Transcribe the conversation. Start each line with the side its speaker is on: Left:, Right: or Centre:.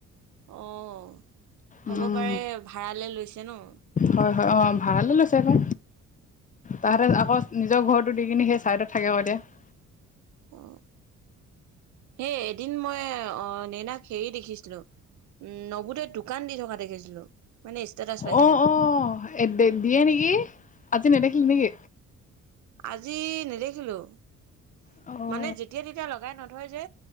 Right: অ',
Left: উম
Right: 'ব পাৰে ভাড়ালৈ লৈছে ন।
Left: হয়, হয়, আকৌ ভাড়ালৈ লৈছে আকৌ তাহাঁতে
Right: উম,
Left: আকৌ নিজৰ ঘৰত। দি কিনে সেই চাইডত <unintelligible>
Right: অ', সেই এদিন মই অ'। নেনাক হেৰি দেখিছিলো উম নবুদোয়ত দোকান দি থকা দেখিছিলোঁ। মানে ষ্টেটাছ পাইছিলোঁ।
Left: অ', অ', দিয়ে নেকি আজি নেদেখিলি নেকি?
Right: আজি নেদেখিলোঁ।
Left: অ'।
Right: মানে যেতিয়া তেতিয়া লগাই নধয় যে